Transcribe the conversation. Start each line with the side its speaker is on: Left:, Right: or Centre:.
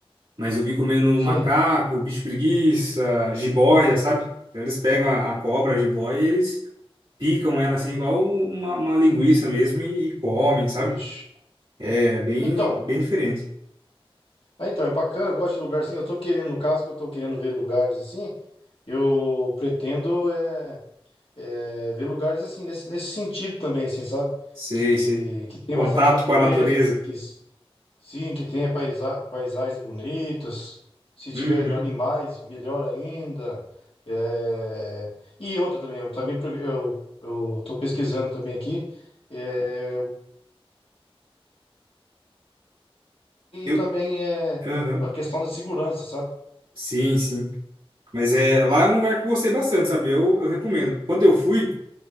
Right: Mas eu vi comendo
Left: Sim.
Right: macaco, bicho preguiça, jiboia, sabe? Então eles pegam a, a cobra, a jiboia, e eles picam ela assim, igual uma, uma linguiça mesmo, e, e comem, sabe?
Left: Vixe.
Right: É bem,
Left: Então,
Right: bem diferente.
Left: ah, então, é bacana, eu gosto de lugar assim. Eu tô querendo, no caso que eu tô querendo ver lugares assim, eu pretendo é, é, ver lugares assim, nesse, nesse sentido também, assim, sabe?
Right: Sei,
Left: Que,
Right: sei.
Left: que tem
Right: Contato
Left: bastante natureza,
Right: com a natureza.
Left: que, que Sim, que tenha paisa- paisagens bonitas. Se tiver
Right: Uhum.
Left: animais, melhor ainda. É, E outra também, eu também pro- eu, eu tô pesquisando também aqui. é, eu- E
Right: Eu,
Left: também é
Right: aham.
Left: a questão da segurança, sabe?
Right: Sim, sim. Mas é, lá é um lugar que eu gostei bastante, sabe? Eu, eu recomendo. Quando eu fui,